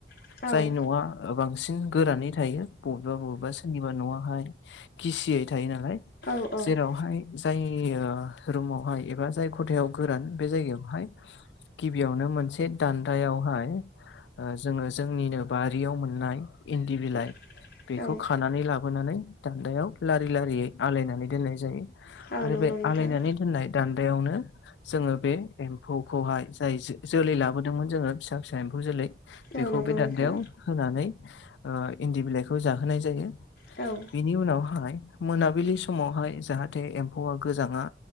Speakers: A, on the left (about 55°); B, on the left (about 80°).
A: औ।
B: जाय न'आ ओ बांसिन गोरानै थायो बबेबा बबेबा सोरनिबा न'आहाय गिसियै थायो नालाय
A: नालाय
B: जेरावहाय जाय ओ रुमावहाय एबा जाय खथायाव गोरान बे जायगायावहाय गिबिआवनो मोनसे दान्दायावहाय ओ जोङो जोंनिनो बारिआव मोननाय इन्दि बिलाइ
A: बिलाइ
B: बेखौ खानानै लाबोनानै दान्दायाव लारि लारियै आलायनानै दोननाय जायो
A: औ
B: आरो
A: नंगौ
B: बे
A: नोंथां।
B: आलायनानै दोननाय दान्दायावनो जोङो बे एम्फौखौहाय जाय जोलै लाबोदोंमोन जोङो फिसा फिसा एम्फौ जोलै
A: जोलै
B: बेखौ
A: औ नंगौ
B: बे
A: नोंथां
B: दान्दायाव होनानै ओ इन्दि बिलाइखौ जाहोनाय जायो
A: औ
B: बिनि उनावहाय मोनाबिलि समावहाय जाहाथे एम्फौआ गोजांआ